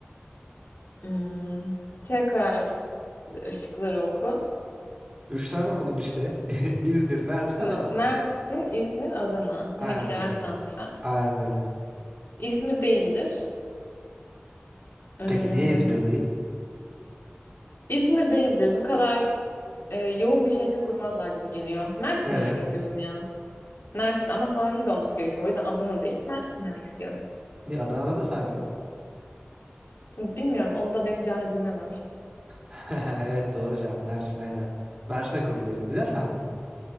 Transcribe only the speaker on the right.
Üç tane okudum işte. <laughs> İzmir, Mersin,
Adana.
Aynen
öyle.
Aynen öyle.
Peki niye İzmir değil?
Evet.
Ni Adana'da da sahil var.
<laughs> Evet doğru cevap. Mersin aynen. Mersin'e kuruluyor. Güzel tahmin.